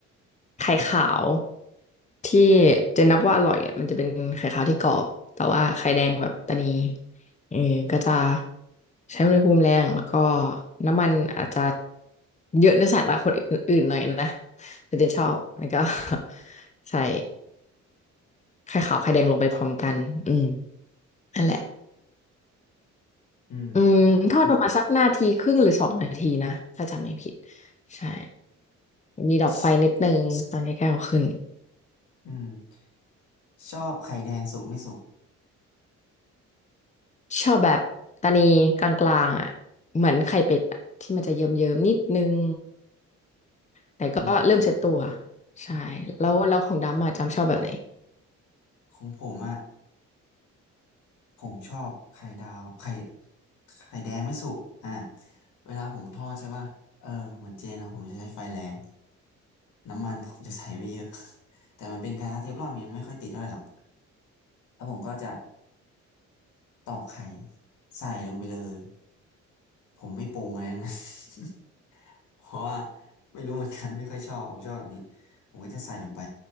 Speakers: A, on the left; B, on the left.
A: ไข่ขาวที่เจนนับว่าอร่อยอ่ะมันจะเป็นไข่ขาวที่กรอบแต่ว่าไข่แดงแบบตะนีเออก็จะใช้อุณหภูมิแรงแล้วก็น้ำมันอาจจะเยอะในสายตาคนอื่นๆหน่อยนะแต่เจนชอบแล้วก็ <laughs> ใส่ ไข่ขาวไข่แดงลงไปพร้อมกันอืมนั่นแหละ
B: อืม
A: อืมทอดประมาณสักนาทีครึ่งหรือสองนาทีนะ ถ้าจำไม่ผิด ใช่ มีดับไฟนิดนึงตอนใกล้ๆเอาขึ้น
B: ชอืมชอบไข่แดงสุกไม่สุก
A: ชอบแบบตานีกลางๆอ่ะ เหมือนไข่เป็ดอะที่มันจะเยิ้มๆนิดนึง แต่ก็เริ่มเซ็ตตัว
B: อืม
A: ใช่ แล้วแล้วของดำอ่ะจำชอบแบบไหน
B: ของผมอ่ะ ผมชอบไข่ดาวไข่ไข่แดงไม่สุกอ่าเวลาผมทอดใช่ป่ะเออเหมือนเจนอะผมจะใช้ไฟแรงน้ำมันผมจะใส่ไม่เยอะ <laughs> แต่มันเป็นกระทะเทฟลอนไงไม่ค่อยติดเท่าไหร่หรอกแล้วผมก็จะตอกไข่ใส่ลงไปเลย ผมไม่ปรุงอะไรทั้งนั้น <laughs> เพราะว่าไม่รู้เหมือนกันไม่ค่อยชอบผมชอบแบบนี้ผมก็จะใส่ลงไป